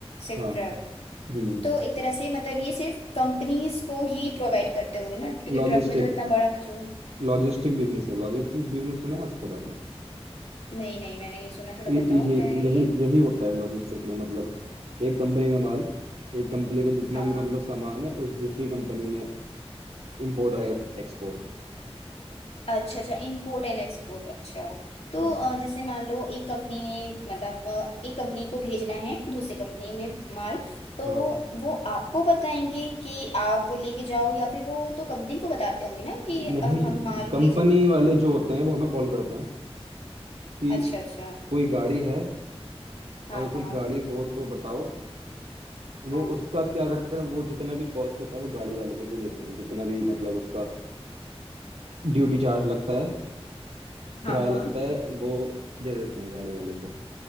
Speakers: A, on the left; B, on the right.
A: सिर्फ
B: हाँ
A: ट्रक
B: हम्म
A: तो एक तरह से मतलब ये सिर्फ कंपनीज को ही प्रोवाइड करते होंगे ना क्योंकि
B: लॉजिस्टिक
A: ट्रक में तो इतना बड़ा जो
B: लॉजिस्टिक बिजनेस है लॉजिस्टिक्स बिजनेस सुना है आज तक आपने
A: नहीं नहीं मैंने ये सुना थोड़ा
B: ये-
A: बताओ
B: ये-
A: क्या है
B: यही
A: ये
B: यही होता है लॉजिस्टिक में मतलब एक कंपनी का माल एक कंपनी का जितना
A: हाँ
B: भी मतलब सामान है उस दूसरी कंपनी में इंपोर्ट एक्सपोर्ट
A: अच्छा अच्छा इंपोर्ट एंड एक्सपोर्ट अच्छा तो
B: हाँ
A: अ, जैसे मान लो एक कंपनी ने मतलब अ, एक कंपनी को भेजना है दूसरी कंपनी में माल तो
B: हाँ
A: वो आपको बताएंगे कि आप लेके जाओ या फिर वो तो कंपनी को बताते होंगे ना कि अ,
B: नहीं
A: हम माल
B: कंपनी
A: भेजे
B: वाले जो होते हैं वो हमें कॉल करते हैं कि
A: अच्छा अच्छा
B: कोई गाड़ी है
A: हाँ
B: अगर कोई
A: हाँ
B: गाड़ी हो तो बताओ वो
A: हाँ
B: उसका क्या करते हैं वो जितना भी कॉस्ट होता है वो गाड़ी वाले को दे देते हैं जितना भी मतलब उसका ड्यूटी चार्ज लगता है किराया
A: हाँ हाँ
B: लगता है वो दे देते हैं गाड़ी वाले को